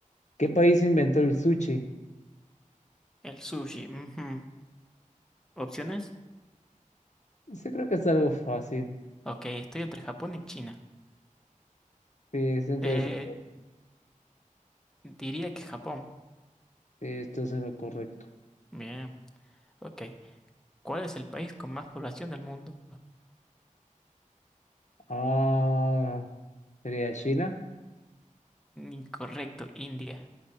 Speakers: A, on the left; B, in the centre.
A: ¿Qué país inventó el sushi?
B: el sushi. ujú. ¿Opciones?
A: Eso creo que es algo fácil.
B: Ok, estoy entre Japón y China.
A: Sí, es interesante.
B: Eh, diría que Japón.
A: Sí, Esto es lo correcto.
B: Bien, ok. ¿Cuál es el país con más población del mundo?
A: Ah, sería China,
B: Incorrecto, India.